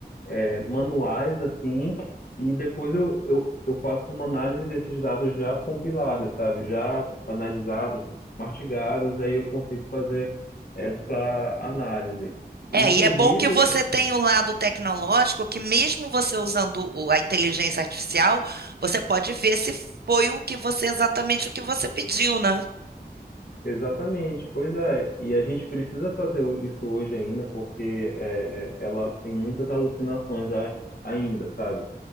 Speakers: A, on the left; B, on the right.
A: é, manuais assim. E depois eu, eu, eu faço uma análise desses dados já compilados, sabe? Já analisados, mastigados, aí eu consigo fazer essa análise. E,
B: É,
A: inclusive,
B: e é bom que você tenha o lado tecnológico, que mesmo você usando o- a inteligência artificial, você pode ver se foi o que você exatamente o que você pediu, né?
A: exatamente, pois é, e a gente precisa fazer o- isso hoje ainda, porque é, é, ela tem muitas alucinações a- ainda, sabe?